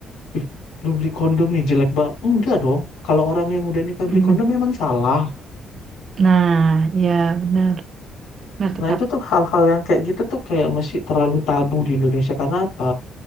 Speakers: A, on the left; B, on the right.
A: ih, lu beli kondom nih jelek banget. Enggak dong. Kalau orang yang udah nikah
B: mm
A: beli kondom memang salah.
B: Nah, ya benar. Benar tuh,
A: Nah,
B: Kak.
A: itu tuh hal-hal yang kayak gitu tuh kayak masih terlalu tabu di Indonesia. Karena apa?